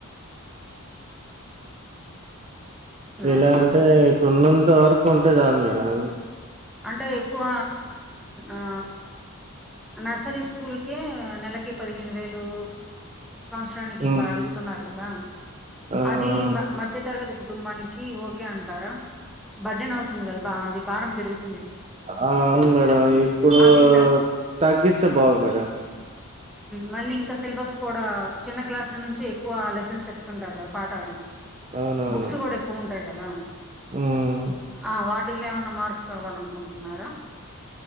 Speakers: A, in the centre; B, on the right.
A: హలో
B: ఎలా అంటే ఉన్న్నంత వరకు ఉంటే చాల మేడం
A: అంటే ఎక్కువ ఆ నర్సరీ స్కూల్కే నెలకి పదిహేను వేలు సంవత్సరానికి
B: మ్మ్
A: ఇట్లా అడుగుతున్నారు కదా
B: ఆ
A: అది మ మధ్య తరగతి కుటుంబానికి ఓకే అంటారా బర్డెన్ అవుతుంది కదా బా అది భారం పెరుగుతూ
B: ఆ అవును మేడం ఇప్పుడు
A: అవి త
B: తగ్గిస్తే బాగుడు మేడం
A: మళ్ళీ ఇంకా సిలబస్ కూడా చిన్న క్లాసుల నుంచి ఎక్కువ లెసన్స్ చెప్తుంటారు కదా పాఠాలు
B: అవునవును
A: బుక్స్ కూడా ఎక్కువుం టాయి కదా
B: ఉమ్
A: ఆ వాట్ ఇల్ల ఏమన్నా మార్పు కావాలనుకుంటున్నారా